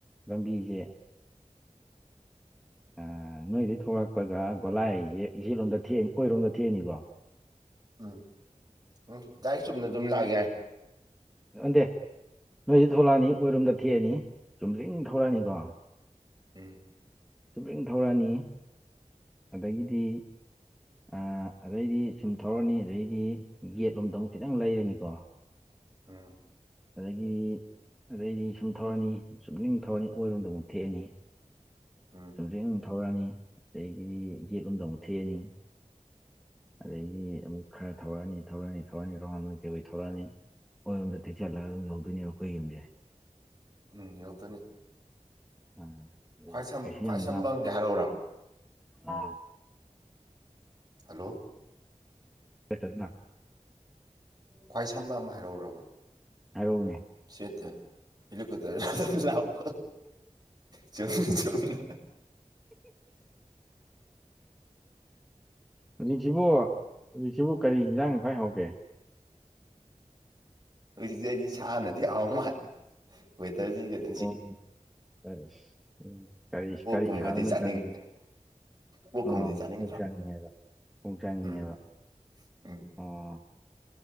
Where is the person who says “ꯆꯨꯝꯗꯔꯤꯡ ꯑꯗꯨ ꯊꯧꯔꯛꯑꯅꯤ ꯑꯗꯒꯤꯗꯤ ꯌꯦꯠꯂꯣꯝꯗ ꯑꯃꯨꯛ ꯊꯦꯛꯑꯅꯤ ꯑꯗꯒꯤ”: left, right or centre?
Centre